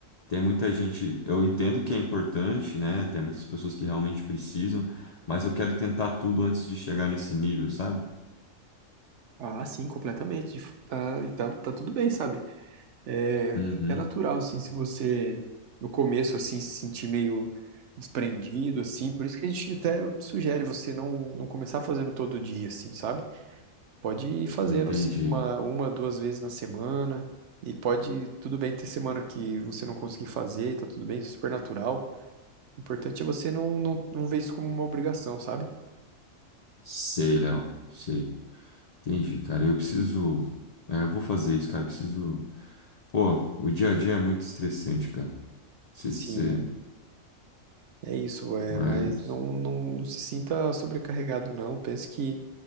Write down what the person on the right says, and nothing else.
Ah, sim, completamente. Tá, e tá, tá tudo bem, sabe? É
é até natural, assim, se você no começo, assim, se sentir meio desprendido, assim. Por isso que a gente até sugere você não, não começar fazendo todo dia, assim, sabe? Pode ir fazendo,
assim, uma, uma, duas vezes na semana. E pode, tudo bem ter semana que você não conseguir fazer, e tá tudo bem, é super natural. O importante é você não, não, não ver isso como uma obrigação, sabe?
Sim,
É isso, é,
mas não, não, não se sinta sobrecarregado, não. Pense que